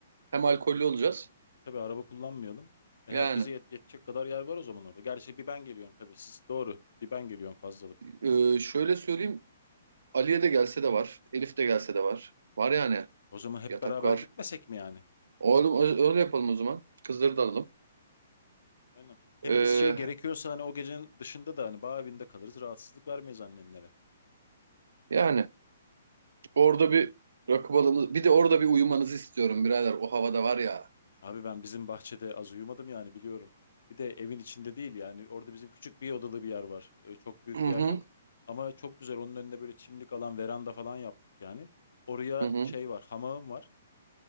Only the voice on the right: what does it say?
Hem alkollü olacağız.
Yani
e, şöyle söyleyeyim Ali'ye de gelse de var. Elif de gelse de var. Var yani.
Yatak
var.
Oğlum ö- öyle yapalım o zaman. Kızları da alalım.
Ee,
yani orada bir rakı balımız. Bir de orada bir uyumanızı istiyorum birader. O havada var ya.
Hı
hı.
Hı hı.